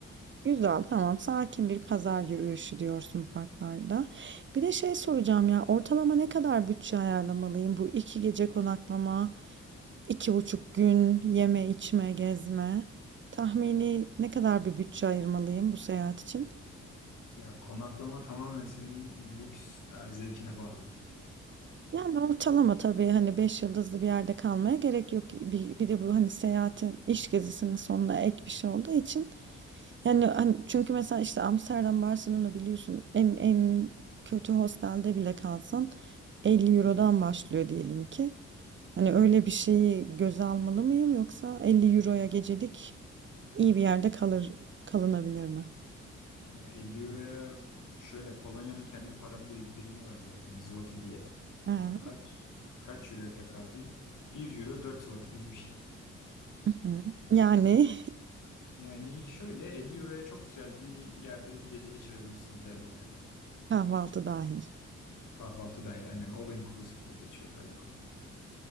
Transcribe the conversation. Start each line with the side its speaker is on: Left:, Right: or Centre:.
Right: Güzel, tamam. Sakin bir pazar yürüyüşü diyorsun parklarda. Bir de şey soracağım ya, ortalama ne kadar bütçe ayarlamalıyım bu iki gece konaklama, iki buçuk gün yeme içme gezme? Tahmini ne kadar bir bütçe ayırmalıyım bu seyahat için?
Left: Ya konaklama tamamen senin lüks e, zevkine bağlı.
Right: Yani ortalama tabii hani 5 yıldızlı bir yerde kalmaya gerek yok. Bir, bir de bu hani seyahatin iş gezisinin sonuna ek bir şey olduğu için. Yani hani çünkü mesela işte Amsterdam, Barcelona biliyorsun en en kötü hostelde bile kalsan 50 Euro'dan başlıyor diyelim ki. Hani öyle bir şeyi göze almalı mıyım yoksa 50 Euro'ya gecelik iyi bir yerde kalır kalınabilir mi?
Left: Ya 50 euroya şöyle Polonya'nın kendi para bir- birimi var zaten zloty diye.
Right: Evet.
Left: Kaç kaç euroya tekabül? Bir euro 4 zloty gibi bir şey.
Right: Hı hı. Yani
Left: Yani şöyle 50 euroya çok güzel bir yerde bir gece geçirebilirsin güzel bir otelde.
Right: <laughs> kahvaltı dahil.
Left: Kahvaltı dahil aynen all inclusive diye geçiyor galiba.